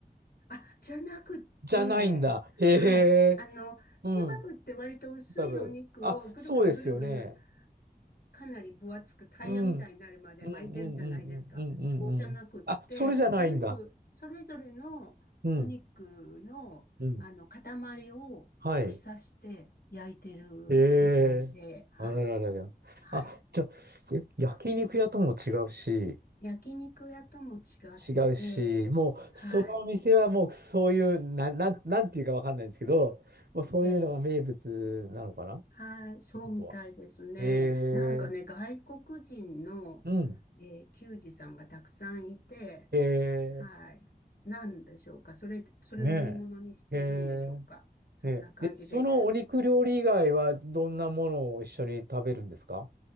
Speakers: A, on the left; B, on the right.
A: あ、じゃなくって、
B: じゃないんだ。へ
A: はい。
B: え。
A: あの、
B: うん。
A: ケバブって割と薄いお肉をぐるぐるぐるぐる、
B: ケハブ。あ、そうですよね。
A: かなり分厚くタイヤみたいになるまで巻いてるじゃないですか。
B: うん。うんうんうんうんうんうんうん。
A: そうじゃなくって、
B: あ、それじゃないんだ。
A: お肉、それぞれのお肉の、
B: うん。うん。
A: あの、塊を突き刺して焼いてるみたいで、
B: はい。へえ。
A: はい。
B: あらららら。
A: はい。
B: あ、じゃあ、え焼肉屋とも違うし、
A: 焼肉屋とも違って、
B: 違うし、もう、
A: はい。
B: そのお店はもうそういう、な、なん、なんていうかわかんないんですけど、もうそういうのが名物なのかなっ
A: えーはい、そうみたいですね。
B: てことは。へ
A: なんかね、
B: え、
A: 外国人の、
B: うん、
A: えー球児さんがたくさんいて、
B: へえ、
A: はい。なんでしょうか。それ、それを売り物にしているんでしょうか。
B: ねえ、へえ、
A: そんな感じで。
B: ねえ。で、そのお肉料理以外はどんなものを一緒に食べるんですか